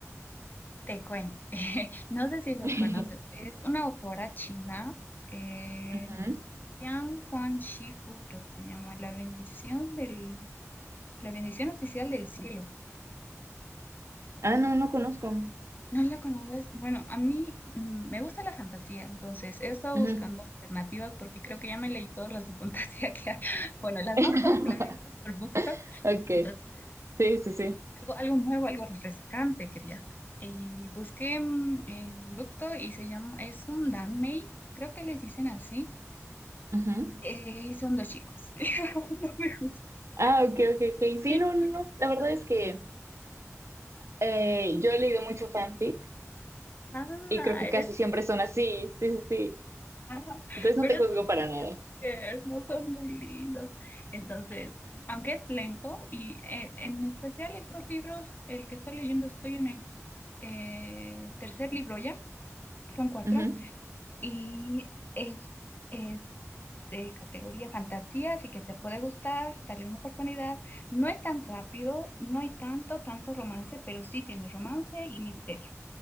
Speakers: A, on the left; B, on the right.
A: Te cuento, <laughs> no sé si los
B: <laughs>
A: conoces, es una autora china, eh,
B: Ujú.
A: Jiang Huan Shifu, creo que se llama, La bendición del, la bendición oficial del cielo.
B: Ah, no, no conozco.
A: ¿No la conoces? Bueno, a mí mm, me gusta la fantasía, entonces he estado
B: Ujú,
A: buscando alternativas porque creo que ya me leí todas las de <laughs> fantasía que hay, <laughs> bueno, las
B: <laughs>
A: más populares, ¿no? Por BookTok.
B: Okay,
A: Entonces,
B: sí, sí, sí.
A: algo, algo nuevo, algo refrescante quería. Y busqué mm, en Bukto y se llama, es un Danmei, creo que les dicen así.
B: ujú.
A: Eh, son dos chicos. <laughs> No me juzgues.
B: Ah, ok, ok, ok. Sí,
A: Qué
B: no, no,
A: lindo.
B: no. La verdad es que eh, yo he leído mucho fanfic
A: Ah,
B: y creo que
A: eres.
B: casi siempre son así. Sí, sí, sí.
A: ah,
B: Entonces
A: pero
B: no te
A: estos
B: juzgo para
A: dos
B: nada.
A: no son muy lindos. Entonces, aunque es lento, y eh, en especial estos libros, el que estoy leyendo, estoy en el eh, tercer libro ya, son cuatro,
B: Ujú.
A: y es. es de categoría fantasía, así que te puede gustar, dale una oportunidad. No es tan rápido, no hay tanto, tanto romance, pero sí tiene romance y misterio.